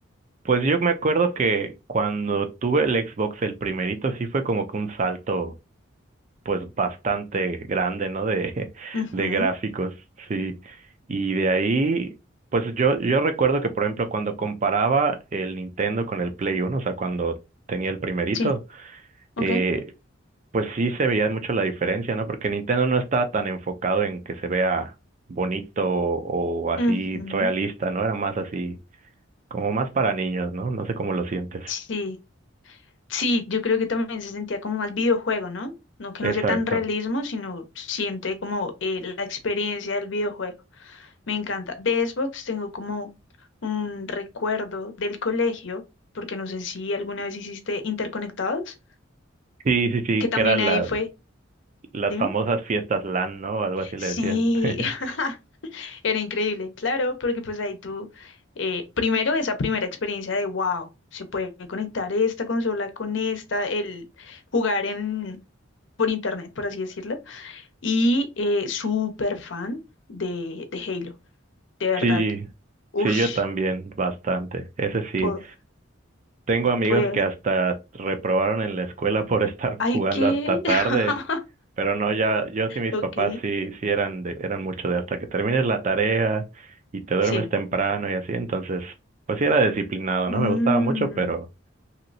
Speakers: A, on the right; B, on the left.
A: Pues yo me acuerdo que cuando tuve el Xbox, el primerito, sí fue como que un salto pues bastante grande, ¿no? De, <laughs>
B: Ujú,
A: de gráficos, sí. Y de ahí, pues yo, yo recuerdo que, por ejemplo, cuando comparaba el Nintendo con el Play Uno, o sea, cuando tenía el primerito,
B: Sí, ok.
A: eh, pues sí se veía mucho la diferencia, ¿no? Porque Nintendo no estaba tan enfocado en que se vea bonito o así
B: Ujú,
A: realista, ¿no? Era más así, como más para niños, ¿no? No sé cómo lo sientes.
B: Sí. Sí, yo creo que también se sentía como más videojuego, ¿no? No que
A: Exacto.
B: no sea tan realismo, sino siente como eh, la experiencia del videojuego. Me encanta. De Xbox tengo como un recuerdo del colegio, porque no sé si alguna vez hiciste interconectados,
A: Sí, sí, sí,
B: que también
A: que era la,
B: ahí fue.
A: Las
B: Dime.
A: famosas fiestas LAN, ¿no? Algo así le
B: Sí,
A: decían. <laughs>
B: <laughs> era increíble, claro, porque pues ahí tú, eh, primero esa primera experiencia de wow, se puede conectar esta consola con esta, el jugar en, por internet, por así decirlo y eh, súper fan de, de Halo, de verdad.
A: Sí,
B: Ush,
A: sí, yo también, bastante. Ese sí.
B: po-
A: Tengo amigos
B: pues,
A: que hasta reprobaron en la escuela por <laughs> estar
B: hay
A: jugando
B: que...
A: hasta tarde.
B: <laughs>
A: Pero no, ya, yo sí, mis
B: Ok,
A: papás sí, sí eran de, eran mucho de hasta que termines la tarea y te duermes
B: sí.
A: temprano y así. Entonces, pues sí era disciplinado,
B: Mm,
A: ¿no? Me gustaba mucho, pero,